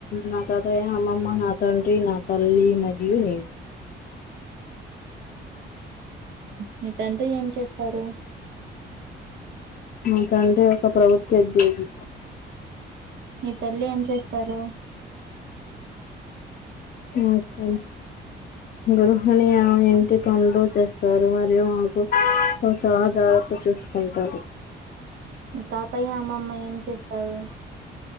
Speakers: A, on the left; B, on the right.
A: నా తాతయ, అమ్మమ్మ నా తండ్రి నా తల్లి మరియు నేను.
B: మీ తండ్రి ఏం చేస్తారు?
A: మా తండ్రి ఒక ప్రభుత్వ ఉద్యోగి.
B: మీ తల్లి ఏం చేస్తారు?
A: ఉద్యోగి గృహిని ఆమె ఇంటి పనులు చేస్తారు మరియు మాకు చాలా జాగ్రత్ గ చూసుకుంటారు.
B: మీ తాతయ్య, అమ్మమ్మ ఏం చేస్తారు?